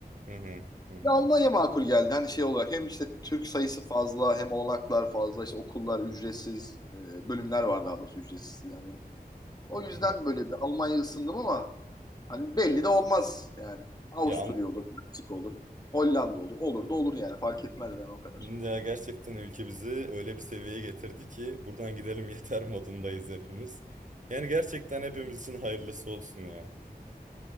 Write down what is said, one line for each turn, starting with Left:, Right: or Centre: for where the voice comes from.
Right: Hı hı. Hı hı.
Left: Ya Almanya makul geldi. Hani şey olarak hem işte Türk sayısı fazla hem olanaklar fazla işte okullar ücretsiz e, bölümler var daha doğrusu ücretsiz yani. O yüzden
Right: Hı hı.
Left: böyle bir Almanya ısındım ama hani belli de olmaz yani. Avusturya
Right: Ya, an-
Left: olur, Meksika olur, Hollanda olur. Olur da olur yani fark etmez yani o kadar.
Right: ya gerçekten ülke bizi öyle bir seviyeye getirdi ki buradan gidelim <laughs> yeter modundayız hepimiz. Yani gerçekten hepimiz için hayırlısı olsun ya.